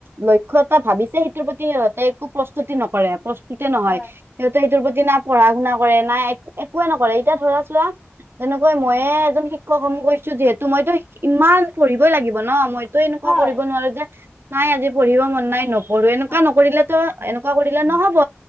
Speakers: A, on the right; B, on the left.
A: লক্ষ্য এটা ভাবিছে সেইটোৰ প্ৰতি একো প্ৰস্তুতি নকৰে তে নহয়,
B: হয়
A: সিহঁতে সেইটোৰ প্ৰতি না পঢ়া-শুনা কৰে না এক একোৱে নকৰে এতিয়া ধৰা চোৱা তেনেকৈ মইয়ে এজন শিক্ষক কৈছো যিহেতু মইতো ইমান পঢ়িবই লাগিব ন মই ত এনেকুৱা
B: হয়
A: কৰিব নোৱাৰো যে নাই আজি পঢ়িব মন নাই নপঢ়ো এনেকুৱা
B: হয়
A: নকৰিলে তো এনেকুৱা কৰিলে নহব।